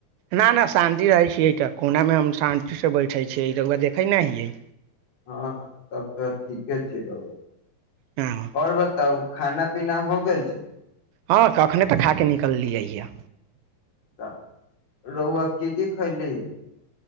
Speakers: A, on the right; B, on the left.
A: ना ना शांति रहै छीयै तऽ कोनामे हम शांतिसँ बैठे छियै तऽ ओकरा देखै नहि हियै।
B: हँ तब तऽ ठीके छैय र
A: हँ
B: आओर बताउ खाना पीना हो गेल छैय?
A: हँ कखने तऽ खा कऽ निकललियै ह।
B: तऽ रहुआ की की खयली य?